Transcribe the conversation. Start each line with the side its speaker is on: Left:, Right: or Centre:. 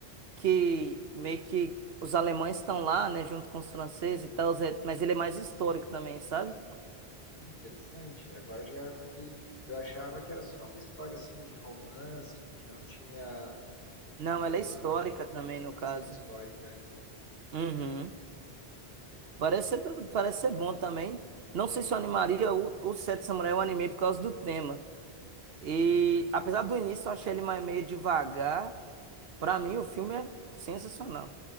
Right: que meio que os alemães estão lá, né, junto com os franceses e tal, Zé, mas ele é mais histórico também, sabe?
Left: interessante. Agora já fiquei. Eu achava que era só uma história, assim, de romance, que não tinha
Right: Não,
Left: uma,
Right: ela é histórica também, no
Left: uma
Right: caso.
Left: questão histórica.
Right: Uhum. Parece ser, parece ser bom também. Não sei se eu animaria o, o Sete Samurai, eu animei por causa do tema. E
Left: Hum.
Right: apesar do início eu achei ele mais- meio devagar, pra mim o filme é sensacional.